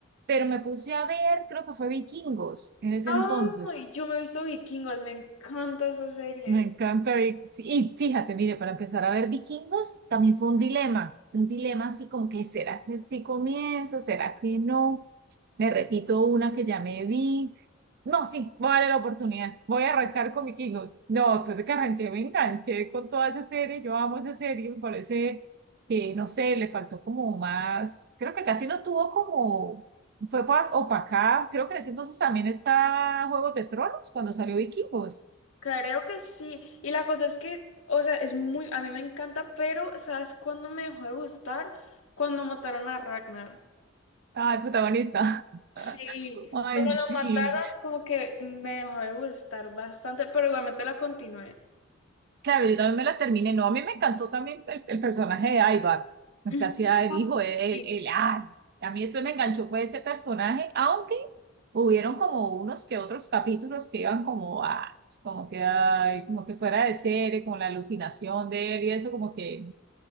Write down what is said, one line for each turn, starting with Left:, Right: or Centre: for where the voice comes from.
Right: pero me puse a ver, creo que fue Vikingos en ese
Left: Ay,
Right: entonces.
Left: yo me he visto Vikingos, me encanta esa serie.
Right: Me
Left: ¿eh?
Right: encanta. Y, sí, y fíjate, mire, para empezar a ver vikingos, también fue un dilema, un dilema así como que, ¿será que sí comienzo? ¿Será que no? Me repito una que ya me vi. No, sí, voy a darle la oportunidad. Voy a arrancar con vikingos. No, después de que arranqué me enganché con toda esa serie. Yo amo esa serie, me parece que, no sé, le faltó como más, creo que casi no tuvo como, fue pa- opacada. Creo que en ese entonces también está Juego de Tronos cuando salió Vikingos.
Left: Creo que sí. Y la cosa es que, o sea, es muy, a mí me encanta, pero ¿sabes cuándo me dejó de gustar? Cuando mataron a Ragnar.
Right: Ah, el protagonista.
Left: Sí,
Right: <laughs> Ay,
Left: cuando lo
Right: sí.
Left: mataron como que me dejó de gustar bastante, pero igualmente la continué.
Right: Claro, yo también me la terminé. No, a mí me encantó también el, el personaje de Ivar.
Left: <laughs>
Right: Es
Left: Ujú.
Right: que hacía el
Left: Ah,
Right: hijo, el,
Left: sí.
Right: el, ay, a mí esto me enganchó fue ese personaje, aunque hubieron como unos que otros capítulos que iban como a, como que, ay, como que fuera de serie, como la alucinación de él y eso, como que,